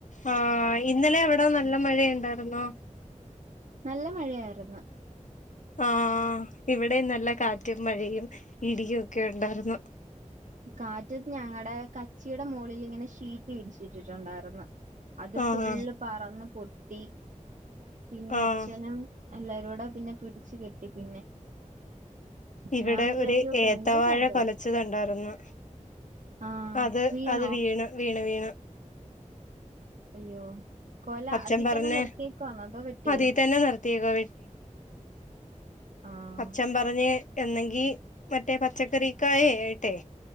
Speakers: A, on the left; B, on the right.
A: ആഹ് ഇന്നലെ അവിടെ നല്ല മഴയുണ്ടായിരുന്നോ?
B: നല്ല മഴയായിര്ന്ന്.
A: ആഹ് ഇവിടേം നല്ല കാറ്റും മഴയും ഇടിയും ഒക്കെ ഉണ്ടായിരുന്നു.
B: കാറ്റത് ഞങ്ങടെ കച്ചിടെ മൊളിലിങ്ങനെ ഷീറ്റ് വിരിച്ചിട്ടിട്ടുണ്ടായ്ര്ന്ന്. അത്
A: ആഹ്
B: ഫുള് പറന്ന് പൊട്ടി പിന്നെ
A: ആഹ്
B: അച്ഛനും എല്ലാരോട പിന്നെ പിടച്ച് കെട്ടി പിന്നെ.
A: ഇവിടെ
B: ഞാൻ വിചാരിച്ചു
A: ഒരു
B: ഭയങ്കര
A: ഏത്തവാഴ
B: കാറ്റായിരുന്നു
A: കൊലച്ചതോണ്ടായ്രുന്നു.
B: ആഹ്
A: അത്
B: വീണോ
A: അത് വീണ് വീണ് വീണ്.
B: അയ്യോ കൊല
A: അച്ഛൻ
B: അതി
A: പറഞ്ഞ്
B: തന്നെ നിർത്തിയേക്കവാന്നോ അതോ വെട്ടിയോ?
A: അതീ തന്നെ നിർത്തിയേക്കുവാ
B: ആഹ്
A: അച്ചൻ പറഞ് എന്നെങ്കി മറ്റേ പച്ചക്കറിക്കായ ഏട്ടെ